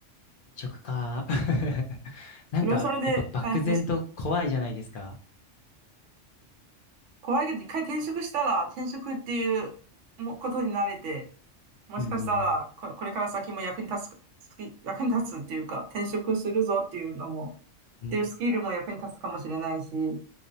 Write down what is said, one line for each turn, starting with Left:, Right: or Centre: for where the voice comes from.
Left: 食か。<laughs> なんか、
Right: それはそれで大変ですよね。
Left: やっぱ漠然と怖いじゃないですか。
Right: 怖いけど、一回転職したら、転職っていうもことに慣れて、もしかしたら、
Left: うんうん
Right: こ、これから先も役に立つ、スキ役に立つっていうか、転職するぞっていうのも、
Left: うん。
Right: っていうスキルも役に立つかもしれないし、
Left: うん